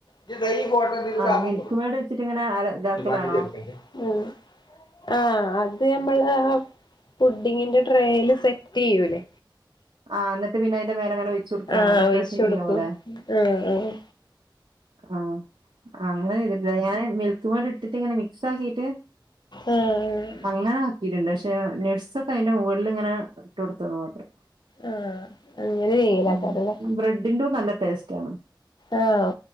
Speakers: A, on the left; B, on the right.
A: ഇജ് ദാ ഈ ഫോട്ടോ ഇതിലേക്ക്
B: ആഹ്
A: ആക്കിക്കോ
B: മിൽക്ക് മേഡ് വെച്ചിട്ട് ഇങ്ങനെ ഇതാക്കലാണോ
A: <unintelligible> ആഹ് അത് നമ്മള് ഫുഡിങ്ങിന്റെ ട്രെയില് സെറ്റ് ചെയ്യൂല്ലേ,
B: ആഹ് എന്നിട്ട് പിന്നെ അതിന്റെ മേലങ്ങനെ ഒഴിച്ച് കൊടുക്കണോ
A: ആഹ്
B: ഡെക്കറേഷൻ
A: ഒഴിച്ചു കൊടുക്കും
B: ചെയ്യുന്ന പോലെ,
A: ആഹ് ആഹ്
B: ആഹ് അങ്ങനെ ചെയ്തിട്ടില്ല ഞാൻ മിൽ ഇത് പാടെ ഇട്ടിട്ടിങ്ങനെ മിക്സാക്കിട്ട്
A: ആഹ് ആഹ്
B: അങ്ങനാ ഇടിണ്ട് പക്ഷെ നട്സൊക്കെ അയിന്റെ മുകളിലിങ്ങനെ ഇട്ടൊട്ത്ത്ന്ന് മാത്രം.
A: ആഹ് അങ്ങനെ ചെയ്യലാക്കാരല്ലേ
B: ഉം ബ്രെഡിന്റു നല്ല ടേസ്റ്റ് ആണ്
A: ആഹ്